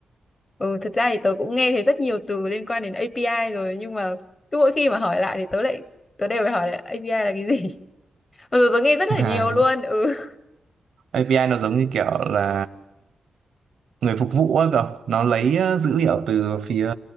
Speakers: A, on the left; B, on the right.
A: ừ, thật ra thì tớ cũng nghe thấy rất nhiều từ liên quan đến API rồi nhưng mà cứ mỗi khi mà hỏi lại thì tớ lại tớ đều phải hỏi lại API là cái gì. <laughs> Mặc dù tớ nghe rất
B: <laughs>
A: là
B: hàng
A: nhiều luôn. Ừ.
B: API nó giống như kiểu là người phục vụ á cậu nó lấy ờ, dữ liệu từ phía